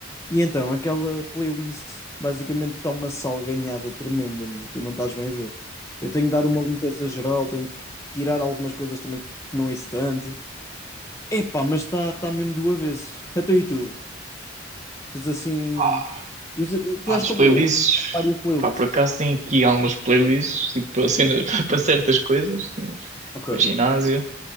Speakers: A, on the left; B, on the right.
A: E então, aquela playlist basicamente está uma salganhada tremenda, meu. Tu não estás bem a ver. Eu tenho que dar uma limpeza geral, tenho que tirar algumas coisas também que não é tanto. Epá, mas está tá tá mesmo do avesso. Até e tu? Tens assim.
B: Pá,
A: usa- Tu
B: Pá,
A: és
B: nas
A: como
B: playlists.
A: eu, várias playlists.
B: Pá, por acaso tem aqui algumas playlists, tipo, para cenas- <laughs> para certas coisas, assim,
A: Ok,
B: para ginásio.